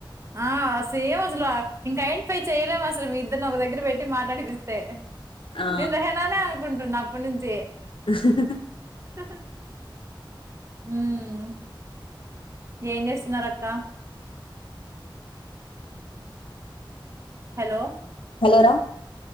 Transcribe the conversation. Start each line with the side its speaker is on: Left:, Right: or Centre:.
Right: ఆ సేమ్ అసలు ఇంకా ఐడెంటిఫై చేయలేము అసలు మీ ఇద్దరిని ఒక దగ్గర పెట్టి మాట్లాడిపిస్తే
Left: ఆ
Right: నేను రెహానానే అనుకుంటున్నా అప్పట్ నుంచి
Left: <unintelligible>
Right: ఆ హ హ్మ్ ఏం చేస్తున్నారు అక్క? హలో
Left: హలోరా